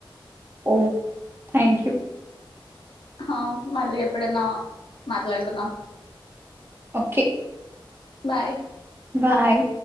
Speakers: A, on the right; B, on the left.
A: ఓ థ్యాంక్ యూ.
B: హా మళ్ళీ ఎప్పుడన్నా మాట్లాడుకుందాం
A: ఓకే
B: బాయ్.
A: బాయ్.